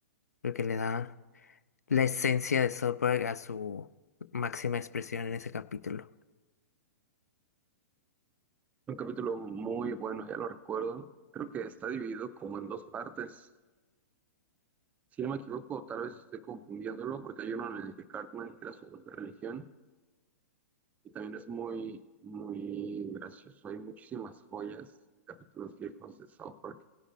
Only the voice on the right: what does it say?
Un capítulo muy bueno, ya lo recuerdo. Creo que está dividido como en dos partes. Si no me equivoco, tal vez estoy confundiéndolo, porque hay uno en el que Cartman crea su propia religión y también es muy, muy gracioso. Hay muchísimas joyas, capítulos viejos de South Park